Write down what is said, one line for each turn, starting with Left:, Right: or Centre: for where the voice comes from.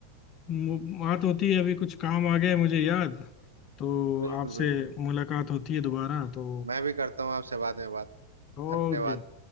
Left: मु- बात होती है अभी कुछ काम आ गया है मुझे याद तो
Right: बिल्कुल
Left: आपसे
Right: बिल्कुल
Left: मुलाकात होती है दोबारा तो
Right: मैं भी करता हूँ आपसे बाद में बात
Left: ओके
Right: धन्यवाद